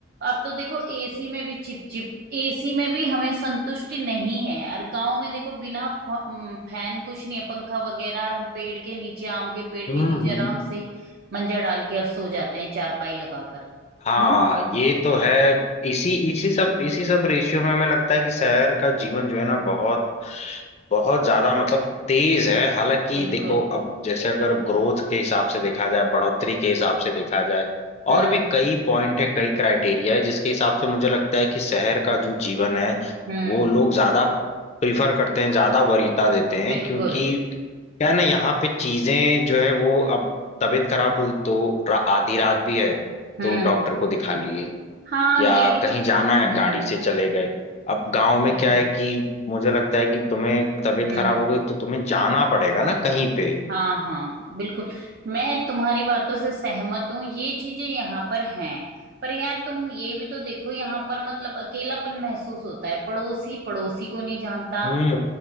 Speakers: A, on the right; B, on the left.
A: अब तो देखो एसी में भी चिप चिप एसी में भी हमें संतुष्टि नहीं है और गांव में देखो बिना फ- अम, फैन कुछ नहीं है पंखा वगैरह और हम पेड़ के नीचे आम के पेड़
B: हम्म
A: के नीचे
B: हम्म।
A: आराम से मंजा डाल के और सो जाते हैं चारपाई लगाकर
B: हाँ
A: हम्म
B: ये तो है इसी इसी सब इसी सब रेशियो में हमें लगता है कि शहर का जीवन जो है ना बहुत बहुत ज्यादा मतलब तेज है हालांकि
A: बिल्कुल
B: देखो अब जैसे अगर ग्रोथ के हिसाब से देखा जाए बढ़ोतरी के हिसाब से देखा जाए
A: हम्म
B: और भी कई पॉइंट है कई क्राइटेरिया है जिसके हिसाब से मुझे लगता है कि शहर का जो जीवन है
A: हम्म
B: वो लोग ज्यादा प्रीफर करते हैं ज्यादा वरीयता देते हैं
A: बिल्कुल
B: क्योंकि क्या है ना यहाँ पे चीजें जो है वो अब तबीयत खराब हुई तो रा, आधी रात भी है
A: हम्म
B: तो डॉक्टर को दिखा लिए
A: हाँ
B: या
A: ये
B: कहीं जाना है
A: हम्म
B: गाड़ी से चले गए अब गांव में
A: बिल्कुल
B: क्या है कि मुझे लगता है कि तुम्हें तबीयत
A: हम्म
B: खराब हो गई तो तुम्हें जाना पड़ेगा ना कहीं पे
A: हाँ हाँ बिल्कुल मैं तुम्हारी बातों से सहमत हूँ ये चीजें यहाँ पर हैं पर यार तुम ये भी तो देखो यहाँ पर मतलब अकेलापन महसूस होता है पड़ोसी पड़ोसी को नहीं जानता
B: हम्म